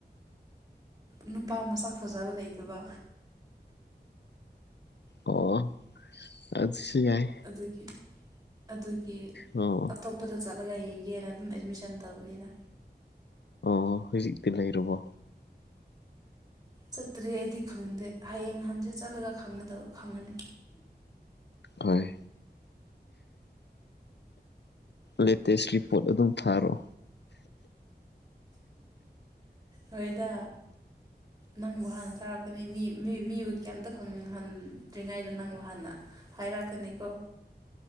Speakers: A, on the right; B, on the left.
A: ꯅꯨꯄꯥ ꯃꯁꯛ ꯐꯖꯕ ꯂꯩꯇꯕ꯫
B: ꯑꯣ ꯑꯗꯨꯁꯨ ꯌꯥꯏ꯫
A: ꯑꯗꯨꯒꯤ ꯑꯗꯨꯒꯤ꯫
B: ꯑꯣ꯫
A: ꯑꯇꯣꯞꯄꯗ ꯆꯠꯂꯒ ꯌꯦꯡꯒꯦꯅ ꯑꯗꯨꯝ ꯑꯦꯠꯃꯤꯁꯟ ꯇꯧꯕꯅꯤꯗ꯫
B: ꯑꯣ ꯍꯧꯖꯤꯛꯇꯤ ꯂꯩꯔꯨꯕꯣ꯫
A: ꯆꯠꯇ꯭ꯔꯤ ꯑꯩꯗꯤ ꯈꯪꯗꯦ ꯍꯌꯦꯡ ꯍꯟꯖꯤꯠ ꯆꯠꯂꯒ ꯈꯪꯗꯕ ꯈꯪꯉꯅꯤ꯫
B: ꯍꯣꯏ ꯂꯦꯇꯦꯁꯀꯤ ꯄꯣꯠ ꯑꯗꯨꯝ ꯊꯥꯔꯣ꯫
A: ꯍꯣꯏꯗ꯫ ꯅꯪꯕꯨ ꯍꯥꯟꯅ ꯊꯥꯔꯛꯀꯅꯤ ꯃꯤ ꯃꯤ ꯃꯤꯕꯨ ꯀꯩꯝꯇ ꯈꯪꯍꯟꯗ꯭ꯔꯤꯉꯩꯗ ꯅꯪꯕꯨ ꯍꯥꯟꯅ꯫ ꯍꯥꯏꯔꯛꯀꯅꯤꯀꯣ